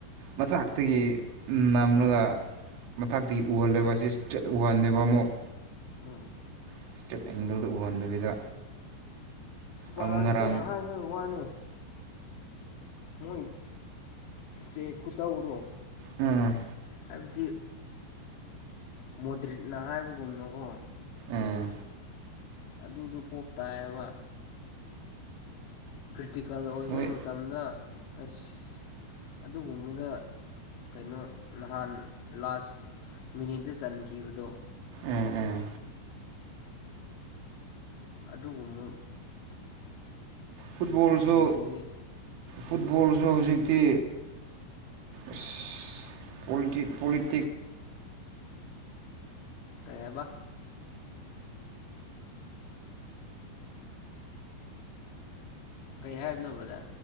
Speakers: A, on the right; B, on the left.
A: ꯃꯊꯇꯒꯤ ꯅꯝꯂꯒ ꯃꯊꯛꯇꯒꯤ ꯎꯍꯜꯂꯦꯕ ꯑꯁꯤ ꯏꯁꯇ꯭ꯔꯦꯠ ꯎꯍꯟꯗꯦꯕ ꯑꯃꯨꯛ
B: ꯎꯝ
A: ꯏꯁꯇꯦꯠ ꯑꯦꯡꯒꯜꯗ ꯎꯍꯟꯗꯕꯤꯗ
B: ꯕꯥꯔꯁꯨ
A: ꯑꯃꯨꯛ ꯉꯔꯥꯡ
B: ꯑꯍꯟꯕꯩ ꯋꯥꯅꯦ ꯃꯣꯏꯁꯦ ꯈꯨꯇꯧ ꯗꯣ
A: ꯎꯝ
B: ꯍꯥꯏꯕꯗꯤ ꯃꯣꯗ꯭ꯔꯤꯠꯅ ꯍꯥꯏꯕꯒꯨꯝꯅꯀꯣ
A: ꯎꯝ
B: ꯑꯗꯨꯗꯨ ꯄꯣꯛꯞ ꯇꯥꯏꯌꯦꯕ ꯇꯤꯀꯦꯜ ꯑꯣꯏꯕ
A: ꯃꯣꯏ
B: ꯃꯇꯝꯗ ꯑꯁ ꯑꯗꯨꯒꯨꯝꯕꯗ ꯀꯩꯅꯣ ꯅꯍꯥꯟ ꯂꯥꯁ ꯃꯤꯅꯤꯠꯇ ꯆꯟꯈꯤꯕꯗꯣ
A: ꯎꯝ ꯎꯝ
B: ꯑꯗꯨꯒꯨꯝꯕ
A: ꯐꯨꯠꯕꯣꯜꯁꯨ
B: ꯁꯤꯡꯗꯨꯗꯤ
A: ꯐꯨꯠꯕꯣꯜꯁꯨ ꯍꯧꯖꯤꯛꯇꯤ ꯏꯁ ꯄꯣꯂꯤꯇꯤꯛ ꯄꯣꯂꯤꯇꯤꯛ
B: ꯀꯩꯍꯥꯏꯕ ꯀꯩ ꯍꯥꯏꯕꯅꯣ ꯕꯗ꯭ꯔ